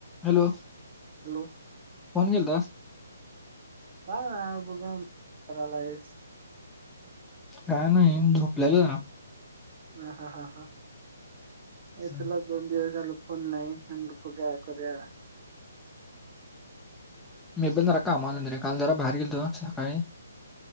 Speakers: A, in the centre; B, on the right (about 40°).
A: Hello.
B: Hello.
A: Phone केलता?
B: काय नाही, बघावं म्हण <unintelligible>
A: काय नाही, झोपलेलो <unintelligible>
B: ह हा हा हा, हे
A: हम्म.
B: तुला दोन दिवस झालं फोन नाही. <unintelligible> बघूया, करूया.
A: मी पण जरा कामा <unintelligible> काल जरा बाहेर गेलतो सकाळी.